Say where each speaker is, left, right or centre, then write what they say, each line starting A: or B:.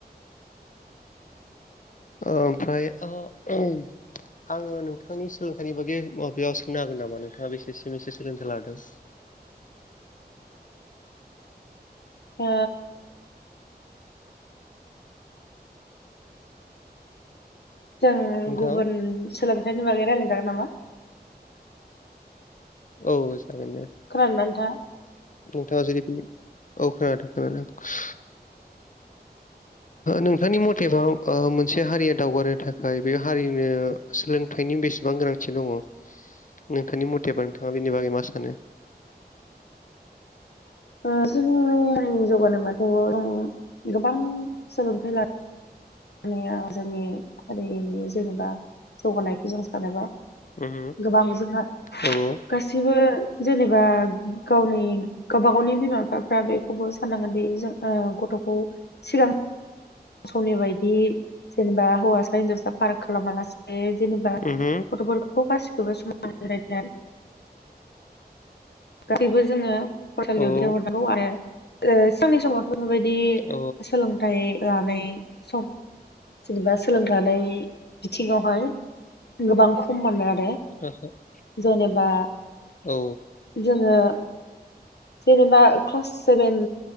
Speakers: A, on the left; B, on the left.
A: <inaudible>
B: ओमफ्राय ओ आङो नोंथांनि सोलोंथाइनि बागै माबायाव सोंनो हागोन नामा नोंथाङा बेसेसो बेसे सोलोंथाइ लादों।
A: ओ जों
B: नोंथाङा
A: गुबुन सोलोंथाइनि बागै रायलायजागोन नामा?
B: औ जागोन दे।
A: खोनादोना नोंथाङा?
B: नोंथाङा जेरै बिनि औ खोनादों खोनादों।
A: <inaudible>
B: नोंथांनि मथेबा ओ मोनसे हारिया दावगानो थाखाय बे हारिनो सोलोंथाइनि बेसेबां गोनांथि दङ नोंथांनि मथेबा नोंथाङा बेनि बागै मा सानो?
A: ओ जोंनि हारिनि जौगानाय बाथ' जों गोबां सोलोंथाइ ला मानिआ जोंनि हारिनि जेनेबा जौगानायखौ जों सानोबा
B: उम
A: गोबां जोंहा
B: औ औ
A: गासैबो जेनेबा गावनि गावबा गावनि बिमा बिफाफ्रा बेखौबो साननांगोनदि जों गथ'खौ सिगां समनि बायदि जेनेबा हौवासा हिन्जावसा फाराग खालामालासि बे जेनेबा
B: उम
A: गथ'फोरखौ गासिखौबो समान <unintelligible> गासैबो जोङो फरायसालियाव
B: औ
A: दैहरनांगौ आरो ओ सिगांनि समाव बेफोरबायदि
B: औ
A: सोलोंथाइ लानाय सम जेनेबा सोलोंथाइ लानाय बिथिङावहाय गोबां खम मोनो आरो।
B: <unintelligible>
A: जेनेबा
B: औ।
A: जोङो जेनेबा क्लास सेभेन